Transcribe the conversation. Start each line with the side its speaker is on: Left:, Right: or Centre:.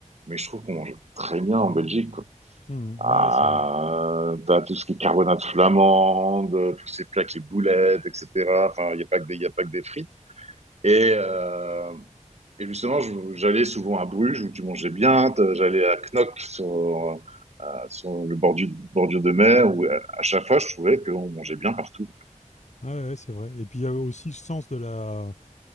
Right: mais je trouve qu'on mange très bien en Belgique,
Left: Mhm,
Right: Ah,
Left: ouais, c'est vrai.
Right: t'as tout ce qui est carbonate flamande, tous ces plats qui boulettes, etc. Enfin, il n'y a pas que des, il y a pas que des frites. Et, euh, et justement, je- j'allais souvent à Bruges où tu mangeais bien. t'as- J'allais à Knock sur, euh, sur le bordure, bordure de mer où à à chaque fois, je trouvais qu'on mangeait bien partout.
Left: Ouais, ouais, c'est vrai. Et puis il y a aussi le sens de la